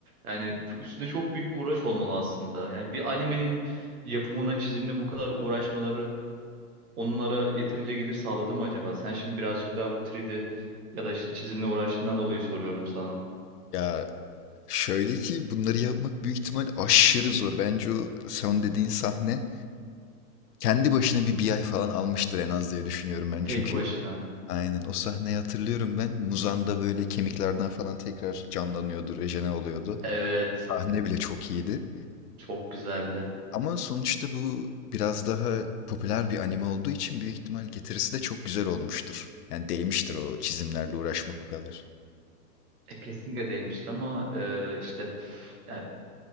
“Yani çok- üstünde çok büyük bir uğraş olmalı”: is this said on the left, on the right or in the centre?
Right